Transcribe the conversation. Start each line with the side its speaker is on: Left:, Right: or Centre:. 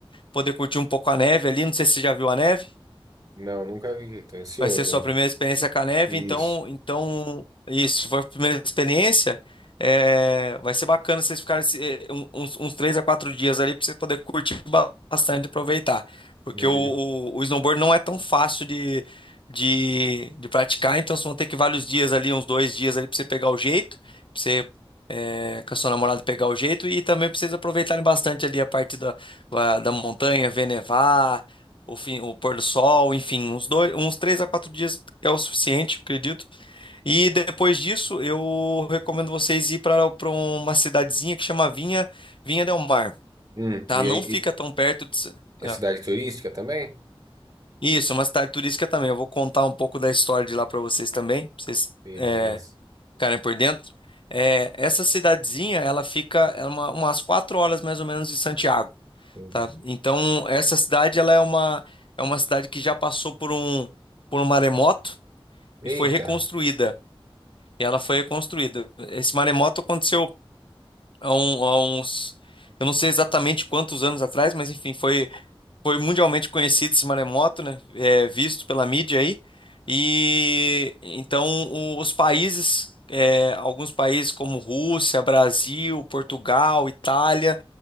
Left: poder curtir um pouco a neve ali. Não sei se você já viu a neve.
Right: Não, nunca vi, tô ansioso
Left: Vai ser sua
Right: ainda.
Left: primeira experiência com a neve,
Right: Isso.
Left: então, então isso, se for a primeira experiência, é, vai ser bacana vocês ficarem esse- eh, um- uns, uns três a quatro dias ali para você poder curtir ba- bastante, aproveitar. Porque
Right: Uhum.
Left: o, o, o snowboard não é tão fácil de, de, de praticar, então vocês vão ter que vários dias ali, uns dois dias ali para você pegar o jeito, para você eh, com a sua namorada pegar o jeito e também para vocês aproveitarem bastante ali a parte da, da da montanha, ver nevar o, fim, o pôr do sol, enfim, uns dois, uns três a quatro dias é o suficiente, acredito. E depois disso, eu recomendo vocês ir para uma cidadezinha que chama Vinha, Vinha del Mar,
Right: Hum,
Left: tá?
Right: e
Left: Não
Right: aí,
Left: fica
Right: e-
Left: tão perto de...
Right: é
Left: é.
Right: cidade turística também?
Left: Isso, é uma cidade turística também. Eu vou contar um pouco da história de lá para vocês também, pra vocês
Right: Beleza,
Left: é, ficarem por dentro. É, essa cidadezinha, ela fica é uma, umas quatro horas mais ou menos de Santiago.
Right: entendi.
Left: tá? Então, essa cidade ela é uma é uma cidade que já passou por um por um maremoto
Right: Eita,
Left: e foi reconstruída. E ela foi reconstruída. Esse maremoto aconteceu há, um- há uns eu não sei exatamente quantos anos atrás, mas enfim, foi foi mundialmente conhecido esse maremoto, né? É, visto pela mídia aí. E então o- os países, é, alguns países como Rússia, Brasil, Portugal, Itália,